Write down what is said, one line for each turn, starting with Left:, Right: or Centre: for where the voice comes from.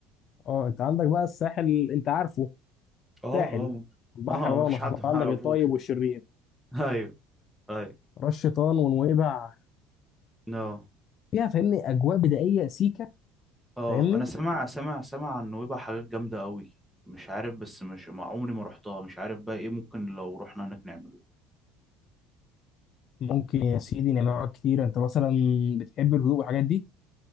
Left: اه انت عندك بقى الساحل انت عارفه
Centre: اه
Left: ساحل
Centre: اه
Left: البحر
Centre: اه
Left: بقى
Centre: مفيش
Left: نشاطات
Centre: حد ما
Left: عندك
Centre: يعرفوش
Left: الطيب والشرير
Centre: <laughs> ايوه ايوه
Left: راس شيطان ونويبع
Centre: اه
Left: فيها فاهمني اجواء بدائيه سيكه
Centre: اه
Left: فاهمني
Centre: انا سمع سمع سمع عن نويبع حاجات جامده قوي مش عارف بس مش مع عمري ما رحتها مش عارف بقى ايه ممكن لو رحنا هناك نعمله
Left: ممكن يا سيدي نعمل حاجات كتير انت مثلا بتحب الهدوء والحاجات دي